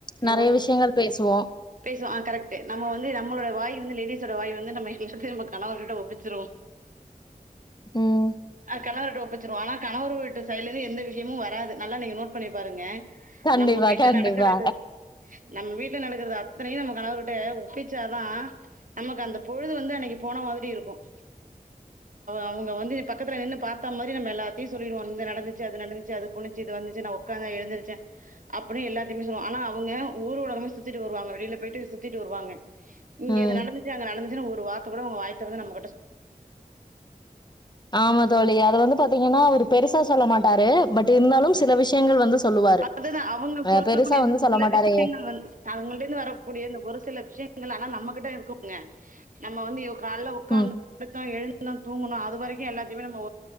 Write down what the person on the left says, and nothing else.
நெறைய
விஷயங்கள் பேசுவோம்
ம்
கண்டிப்பா
கண்டிப்பா
ம்
ஆமா அத வந்து பாத்தீங்கன்னா அவ பெருசா சொல்ல மாட்டாரு பட் இருந்தாலும் சில விஷயங்கள் வந்து சொல்லுவாரு
அ பெருசா வந்து சொல்ல
மாட்டாரு
ம்